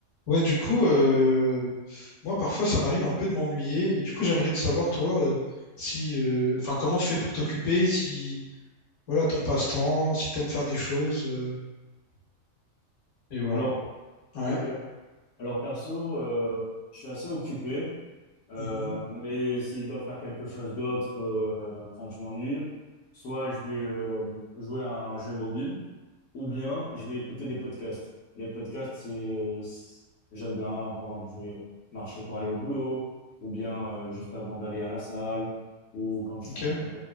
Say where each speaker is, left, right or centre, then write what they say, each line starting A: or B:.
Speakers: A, on the left; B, on the left.
A: Ouais, du coup, euh, moi parfois ça m'arrive un peu de m'ennuyer et du coup j'aimerais te savoir toi euh, si, euh, enfin comment tu fais pour t'occuper, si voilà ton passe-temps, si t'aimes faire des choses euh, et voilà.
B: Alors,
A: Ouais.
B: ok. Alors perso, euh, je suis assez occupé, euh,
A: Mhm.
B: mais si je dois faire quelque chose d'autre euh, quand je m'ennuie, soit je vais euh, jouer à un jeu mobile, ou bien je vais écouter des podcasts. Les podcasts, c'est, c'est- j'aime bien pendant que je marche pour aller au boulot, ou bien euh, juste avant d'aller à la salle, ou quand je
A: Ok.
B: suis en train de